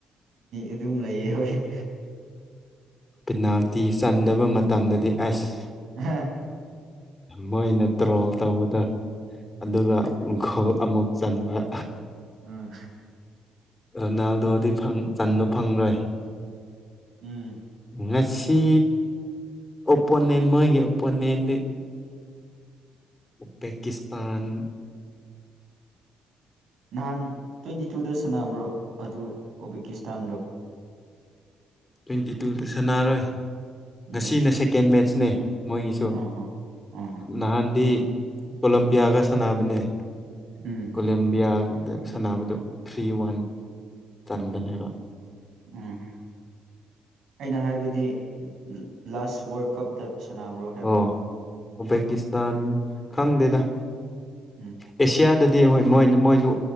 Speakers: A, on the right (about 70°); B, on the left (about 20°).
A: ꯑꯗꯨꯝ ꯂꯩꯌꯦ ꯍꯣꯏ
B: ꯄꯤꯅꯥꯜꯇꯤ ꯆꯟꯗꯕ ꯃꯇꯝꯗꯗꯤ ꯑꯁ
A: ꯑꯍꯥ
B: ꯃꯣꯏꯅ ꯇ꯭ꯔꯣꯜ ꯇꯧꯕꯗ ꯑꯗꯨꯒ
A: ꯎꯝ
B: ꯒꯣꯜ ꯑꯃꯨꯛ ꯆꯟꯕ <inaudible>
A: ꯎꯝ
B: ꯔꯣꯅꯥꯜ ꯗꯣꯗꯤ ꯐꯪ ꯆꯟꯕ ꯐꯪ ꯂꯣꯏ
A: ꯎꯝ
B: ꯉꯁꯤ ꯑꯣꯄꯣꯅꯦꯟ ꯃꯣꯏꯒꯤ ꯑꯣꯄꯣꯅꯦꯟꯗꯤ ꯎꯕꯦꯀꯤ ꯁꯇꯥꯟ
A: ꯅꯍꯥꯟ ꯇ꯭ꯋꯦꯟꯇꯤ ꯇꯨꯗ ꯁꯥꯟꯅꯕ꯭ꯔꯣ ꯑꯗꯨ ꯎꯕꯦꯀꯤꯁꯇꯥꯟꯗꯣ
B: ꯇ꯭ꯋꯦꯟꯇꯤ ꯇꯨꯗ ꯁꯥꯟꯅꯔꯣꯏ ꯉꯁꯤꯅ
A: ꯎꯝ
B: ꯁꯦ ꯀꯦꯟ ꯃꯦꯠꯆ ꯅꯦ ꯃꯣꯏꯒꯤꯁꯨ
A: ꯑꯣ ꯍꯣ ꯑꯣ ꯍꯣ
B: ꯅꯍꯥꯟꯗꯤ ꯄꯣꯂꯝ ꯒ ꯁꯅꯥꯕꯅꯦ
A: ꯎꯝ
B: ꯀꯣꯂꯦꯝꯂꯝꯕꯤꯌꯥ ꯑꯗ ꯁꯥꯟꯅꯕꯗꯨ ꯊ꯭ꯔꯤ ꯋꯥꯟ ꯇꯟꯥꯟꯕꯅꯦꯕ
A: ꯎꯝ ꯑꯩꯅ ꯍꯥꯏꯕ ꯍꯥꯏꯕꯗꯤ ꯂꯥꯁ ꯋꯥꯔꯜ ꯀꯞꯇ ꯁꯅꯥꯕ꯭ꯔꯣ ꯍꯥꯏꯕ
B: ꯑꯣ ꯎꯕꯦꯀꯤꯁꯇꯥꯟ ꯈꯪꯗꯦꯗ
A: ꯎꯝ
B: ꯑꯦꯁꯤꯌꯥꯗ ꯑꯗꯨꯗꯤ ꯍꯣꯏ ꯃꯣꯏ ꯃꯣꯏꯁꯨ